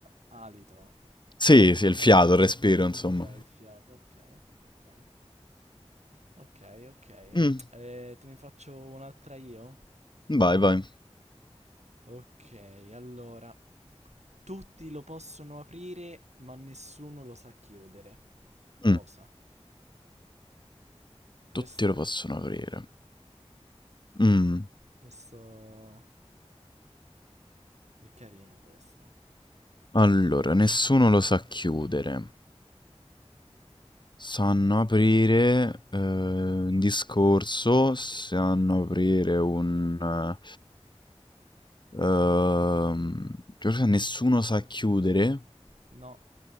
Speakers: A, on the right (about 80°); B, on the left (about 45°).
A: l'alito.
B: Sì, sì, il fiato, il respiro, insomma.
A: Ok, il fiato, ok. Ok. Ok, ok.
B: Mm,
A: Eh, te ne faccio un'altra io?
B: vai, vai.
A: Ok, allora. Tutti lo possono aprire, ma nessuno lo sa chiudere. Cosa?
B: Mm,
A: Questo,
B: tutti lo possono aprire. Mm,
A: questo è carina questa.
B: allora, nessuno lo sa chiudere. Sanno aprire eh, un discorso, sanno aprire un... eh, Ehm, Giorgia, nessuno sa chiudere.
A: No,